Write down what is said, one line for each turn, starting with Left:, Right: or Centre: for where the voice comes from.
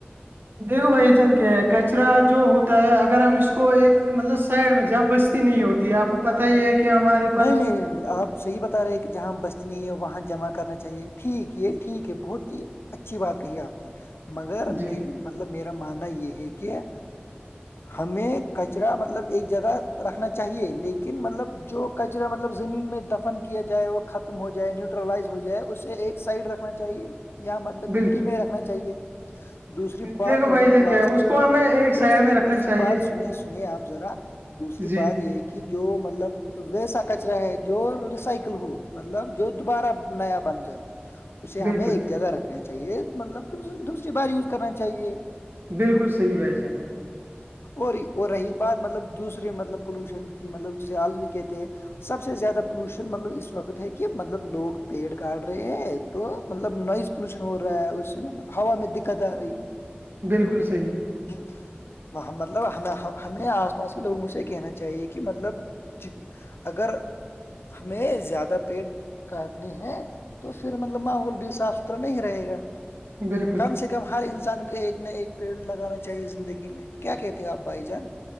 Right: دیکھو بھائی جان کیا ہے کچرا جو ہوتا ہے اگر ہم اس کو ایک مطلب سائڈ میں جہاں بستی نہیں ہوتی آپ کو پت ہی ہے کہ ہمارے پاس
Left: نہیں نہیں آپ صحی بتا رہے کہ جہاں بستنی ہے وہاں جمع کرنا چاہیے ٹھیک یہ ٹھیک ہے بہت ہی اچھی بات کہی آپ نے مگر
Right: جی
Left: م مطلب میرا ماننا یہ ہے کہ ہمیں کچرا مطلب ایک جگہ رکھنا چاہیے لیکن مطلب جو کچرا مطلب زمین میں دفن کیا جائے وہ ختم ہو جائے نیوٹرلائز ہو جائے اسے ایک سائڈ رکھنا چاہیے یا مطلب
Right: بل
Left: مٹی میں رکھنا چاہیے دوسری بات
Right: دیکھو
Left: رہی
Right: بھائی جان
Left: پلاسٹک
Right: کیا ہے اس کو ہمیں ایک
Left: دوسری
Right: سائڈ میں رکھنا
Left: دوسری
Right: چاہیے
Left: بات سنی سنیئے آپ ذرا دوسری
Right: جی
Left: بات یہ ہے کہ جو مطلب ویسا کچرا ہے جو ریسائکل ہو مطلب جو دوبارہ نیا بن جائے اسے ہمیں
Right: بالکل
Left: ایک جگہ رکھنا چاہیے مطلب دوسری بار یوز کرنا چاہیے
Right: بالکل صحیح بھائی جی
Left: اور وہ رہی بات مطلب دوسرے مطلب پولوشن کی مطلب جیسے آلودگی کہتے سب سے زیادہ پولوشن مطلب اس وقت ہے کہ مطلب لوگ پیڑ کاٹ رہے ہیں تو مطلب نوائز پولوشن ہو رہا ہے اس سے مطلب ہوا میں دقت آ رہی ہے
Right: بالکل صحیح
Left: ہ <unintelligible> مطلب ہم ہمیں آس پاس کے لوگوں سے یہ کہنا چاہیے کہ مطلب جت اگر ہمیں زیادہ پیٹ کاٹنی ہے تو پھر مطلب ماحول بھی صاف ستھرا نہیں رہے گا
Right: بالکل
Left: کم سے کم ہر انسان کے ایک نہ ایک پیڑ لگانا چاہیے زندگی میں کیا کہتے ہیں آپ بھائی جان